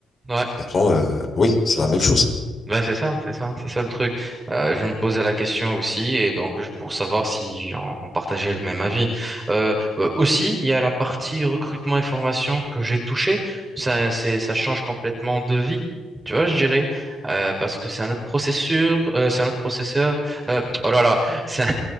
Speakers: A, on the right; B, on the left.
A: Ouais.
B: Honnêtement, euh, oui, c'est la même chose.
A: Ben c'est ça, c'est ça, c'est ça le truc. Euh, je me posais la question aussi, et donc je- pour savoir si j'en- on partageait le même avis. Euh, euh, aussi, il y a la partie recrutement et formation que j'ai touchée. Ça, c'est, ça change complètement de vie, tu vois, je dirais, Euh, parce que c'est un autre processeur, euh, c'est un autre processeur. euh, oh là là, c'est